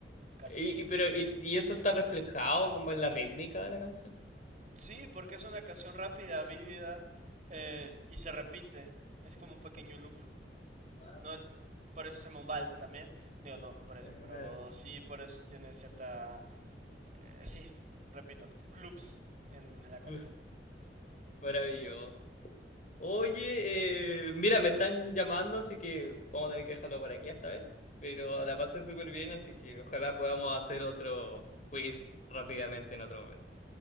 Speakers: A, on the right; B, on the left.
A: casi
B: Y,
A: seguro.
B: y- pero y, y eso está reflejado como en la rítmica de la canción.
A: Sí, porque es una canción rápida, vívida, eh, y se repite. Es como un pequeño loop.
B: Ah,
A: No es, por eso se llama un vals también. Digo, no, por eso,
B: Claro.
A: pero sí, por eso tiene cierta... eh, sí, repito, loops en, en la canción.
B: Uf, Maravilloso. Oye, eh, mira, me están llamando, así que vamos a tener que dejarlo por aquí esta vez. Pero la pasé súper bien, así que ojalá podamos hacer otro quiz rápidamente en otro momento.